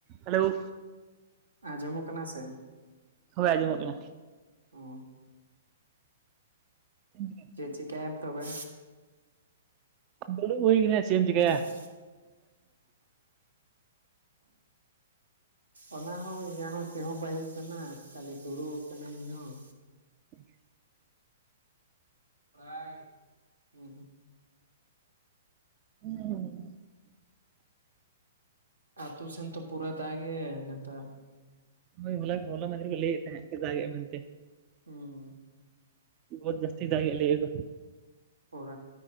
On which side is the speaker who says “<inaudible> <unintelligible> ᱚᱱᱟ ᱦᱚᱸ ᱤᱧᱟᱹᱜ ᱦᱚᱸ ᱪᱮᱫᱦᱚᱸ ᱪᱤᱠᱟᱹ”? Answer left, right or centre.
Right